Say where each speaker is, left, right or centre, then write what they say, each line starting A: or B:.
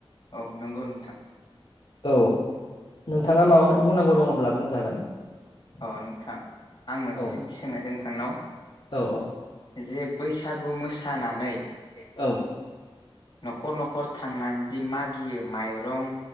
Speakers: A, on the left (about 50°); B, on the left (about 70°).
A: औ नंगौ नोंथां
B: औ नोंथाङा माबाफोर बुंनांगौ दङब्ला बुंजागोन
A: अ नोंथां आं मोनसे
B: औ
A: सोंथि सोंनायदों नोंथांनाव
B: औ औ
A: जे बैसागु मोसानानै
B: औ
A: न'खर न'खर थांनानै जि मागियो माइरं